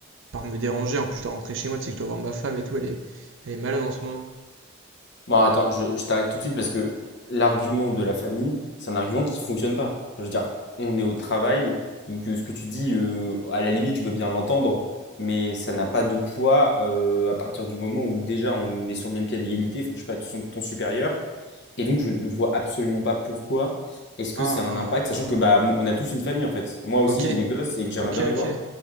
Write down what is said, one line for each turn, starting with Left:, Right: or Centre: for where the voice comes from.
Right: part me déranger. En plus, je dois rentrer chez moi, tu sais que je dois voir ma femme et tout, elle est, elle est malade en ce moment.
Left: Bon, attends, je, je t'arrête tout de suite parce que l'argument de la famille, c'est un argument qui fonctionne pas. Enfin, je veux dire, on est au travail, donc euh, ce que tu dis, euh, à la limite, je veux bien l'entendre, mais ça n'a pas de poids euh, à partir du moment où déjà on est sur le même pied d'égalité, enfin, je sais pas, ton, ton supérieur. Et donc, je ne vois absolument pas pourquoi est-ce que
Right: Ah,
Left: c'est un impact, sachant que bah, on a tous une famille en fait. Moi aussi,
Right: ok,
Left: j'ai des gosses et que j'aimerais
Right: ok,
Left: bien les
Right: ok.
Left: voir.